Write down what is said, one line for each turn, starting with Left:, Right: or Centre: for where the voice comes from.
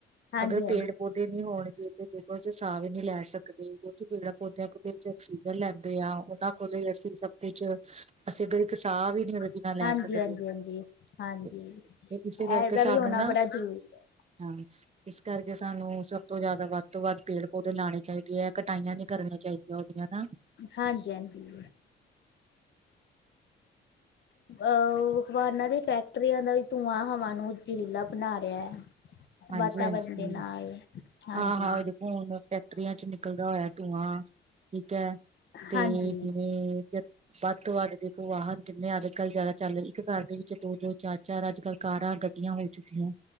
Left: ਹਾਂਜੀ
Right: ਅਗਰ
Left: ਹਾਂਜੀ
Right: ਪੇੜ ਪੌਦੇੇ ਨੀ ਹੋਣਗੇ ਤੇ ਦੇਖੋ ਅਸੀਂ ਸਾਹ ਵੀ ਨਹੀਂ ਲੈ ਸਕਦੇ ਪੇੜਾਂ ਪੌਦਿਆਂ ਆਕਸੀਜਨ ਲੈਂਦੇ ਆ ਉਹਨਾਂ ਕੋਲ ਅਸੀਂ ਸਭ ਕੁਛ ਅਸੀਂ ਕਿਸਾਨ ਆ ਵੀ ਨੀ ਉਹਦੇ ਬਿਨਾਂ
Left: ਹਾਂਜੀ
Right: ਲੈ ਸਕਦੇ
Left: ਹਾਂਜੀ ਹਾਂਜੀ ਹਾਂਜੀ
Right: ਤੇ
Left: ਇਹਦਾ
Right: ਇਸੇ ਕਰਕੇ
Left: ਵੀ
Right: ਸਾਨੂੰ
Left: ਹੋਣਾ
Right: ਨਾ
Left: ਬੜਾ ਜ਼ਰੂਰੀ ਹੈ
Right: ਹਾਂ ਇਸ ਕਰਕੇ ਸਾਨੂੰ ਸਭ ਤੋਂ ਜ਼ਿਆਦਾ ਵੱਧ ਤੋਂ ਵੱਧ ਪੇੜ ਪੌਦੇ ਲਾਉਣੇ ਚਾਹੀਦੇ ਹੈ ਕਟਾਈਆਂ ਨੀ ਕਰਨੀਆਂ ਚਾਹੀਦੀਆਂ ਉਹਦੀਆਂ ਨਾ
Left: ਹਾਂਜੀ ਹਾਂਜੀ ਅਹ ਅਵਾਨਾ ਦੇ ਫੈਕਟਰੀਆਂ ਦਾ ਵੀ ਧੂੰਆਂ ਹਵਾ ਨੂੰ ਜਰੀਲਾ ਬਣਾ ਰਿਹਾ ਹੈ।
Right: ਹਾਂਜੀ
Left: ਵਾਤਾਵਰਨ
Right: ਹਾਂਜੀ
Left: ਦੇ ਨਾਲ ਹਾਂਜੀ
Right: ਹਾਂ ਹਾਂ ਦੇਖੋ ਹੁਣ ਫੈਕਟਰੀਆਂ ਚ ਨਿਕਲਦਾ ਹੋਇਆ ਧੂੰਆਂ ਠੀਕ ਹੈ ਤੇ
Left: ਹਾਂਜੀ
Right: ਜਿਵੇਂ ਜ ਵਦ ਤੋਂ ਵਦ ਦੇਖੋ ਵਾਹਨ ਕਿੰਨੇ ਅੱਜ ਕੱਲ੍ਹ ਜ਼ਿਆਦਾ ਚੱਲ ਰਹੇ ਹਨ ਇੱਕ ਸਾਡੇ ਦੋ ਦੋ ਚਾਰ ਚਾਰ ਅੱਜ ਕੱਲ ਕਾਰਾਂ ਗੱਡੀਆਂ ਹੋ ਚੁੱਕੀਆਂ